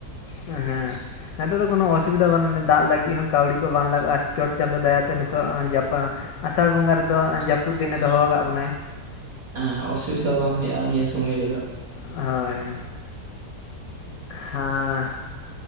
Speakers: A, on the left; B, on the right.
A: ᱮ ᱦᱮᱸ᱾ ᱦᱮᱸᱛᱚᱜ ᱫᱚ ᱠᱚᱱᱚ ᱚᱥᱩᱵᱤᱫᱟ ᱵᱟᱹᱱᱩᱜ-ᱟ ᱫᱟᱜᱽ ᱞᱟᱹᱜᱤᱫ ᱦᱚᱸ ᱠᱟᱣᱲᱤ ᱠᱚ ᱵᱟᱝ ᱞᱟᱜᱟᱜ-ᱟ ᱪᱚᱴ ᱪᱟᱸᱫᱳ ᱫᱟᱭᱟ ᱛᱮ ᱱᱤᱛᱚᱜ ᱮᱸ ᱡᱟᱯᱟ ᱟᱥᱟᱲ ᱵᱚᱸᱜᱟ ᱨᱮᱫᱚ ᱱᱚᱜᱼᱚᱭ ᱡᱟᱹᱯᱩᱜ ᱫᱤᱱᱮ ᱫᱚᱦᱚᱣ ᱠᱟᱜ ᱵᱚᱱᱟᱭ᱾
B: ᱮᱸ ᱚᱥᱩᱵᱤᱫᱟ ᱵᱟᱝ ᱦᱩᱭᱩᱜ-ᱟ ᱱᱤᱭᱟᱹ ᱥᱚᱢᱚᱭ ᱨᱮᱫᱚ᱾
A: ᱚᱸᱻᱳᱭ᱾ ᱦᱮᱸ